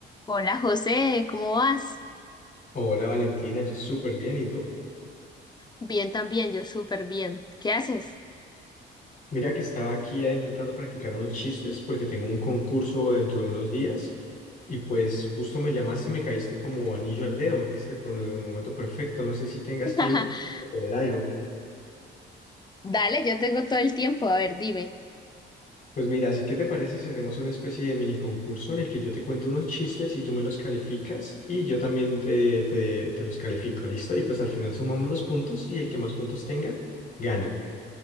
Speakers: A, on the left; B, on the left.
A: Hola José, ¿cómo vas?
B: Hola Valentina, yo súper bien, ¿y tú?
A: Bien también, yo súper bien. ¿Qué haces?
B: Mira que estaba aquí eh, intentando practicar unos chistes porque tengo un concurso dentro de unos días y pues justo me llamaste y me caíste como anillo al dedo, me caíste por el momento perfecto, no sé si tengas
A: <laughs>
B: tiempo de poner algo.
A: Dale, yo tengo todo el tiempo. A ver, dime.
B: Pues mira, así que te parece si hacemos una especie de mini concurso en el que yo te cuento unos chistes y tú me los calificas y yo también te, te, te los califico, ¿listo? Y pues al final sumamos los puntos y el que más puntos tenga, gana.